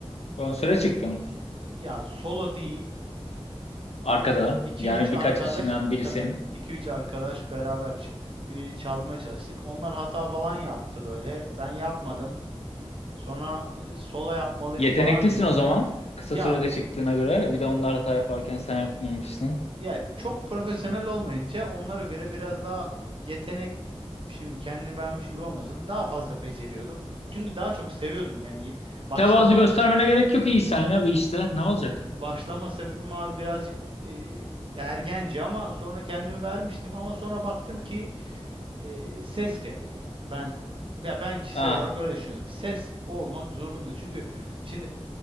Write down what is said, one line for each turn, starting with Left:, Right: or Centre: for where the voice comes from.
Left: konsere çıktın.
Right: ya solo değil.
Left: Arkada.
Right: iki
Left: Yani
Right: üç arkadaş
Left: birkaç kişiden
Right: <laughs>
Left: birisin.
Right: tabii tabii iki üç arkadaş beraber çıktık bir çalmaya çalıştık. Onlar hata falan yaptı böyle. Ben yapmadım. Sonra e, solo yapmalıyım
Left: Yeteneklisin
Right: falan dedim.
Left: o zaman. Kısa
Right: Ya
Left: sürede çıktığına göre. Bir de onlar hata yaparken sen yapmamışsın.
Right: Ya çok profesyonel olmayınca onlara göre biraz daha yetenek şimdi kendini beğenmiş gibi olmasın daha fazla beceriyordum. Çünkü daha çok seviyordum. Yani ye- başlama
Left: Tevazu göstermene gerek yok iyisen ya bir işte. Ne olacak?
Right: başlama sebebim abi birazcık e, ergence ama sonra kendimi vermiştim ama sonra baktım ki e, ses gerekiyor. abi. Ben ya ben kişisel
Left: Ah,
Right: olarak öyle düşünüyorum. Ses olmak zorunda. Çünkü şimdi